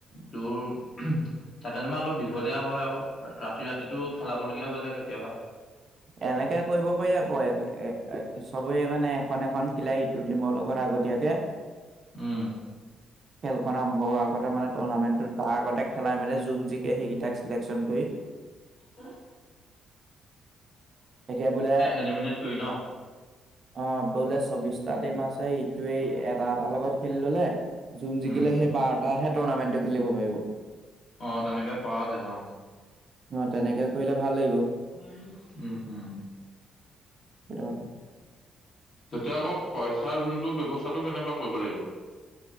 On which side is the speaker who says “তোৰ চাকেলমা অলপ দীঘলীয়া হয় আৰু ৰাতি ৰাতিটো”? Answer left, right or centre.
Left